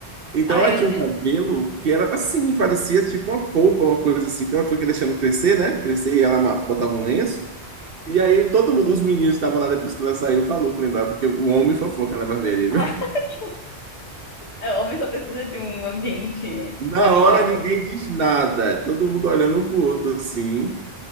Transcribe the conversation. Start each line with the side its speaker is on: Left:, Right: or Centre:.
Right: Então
Left: Ah,
Right: ela
Left: eu...
Right: tinha um cabelo que era assim, parecia tipo uma polpa, uma coisa assim, que ela foi deixando crescer, né? Crescer e ela ma- botava um lenço. E aí todo mundo, os meninos que estavam lá depois que ela saiu, falou que lembrava, porque o homem fofoca na barbearia. viu?
Left: <laughs> O homem só precisa de um ambiente
Right: Na
Left: amigável.
Right: hora ninguém diz nada, todo mundo olhando um pro outro assim,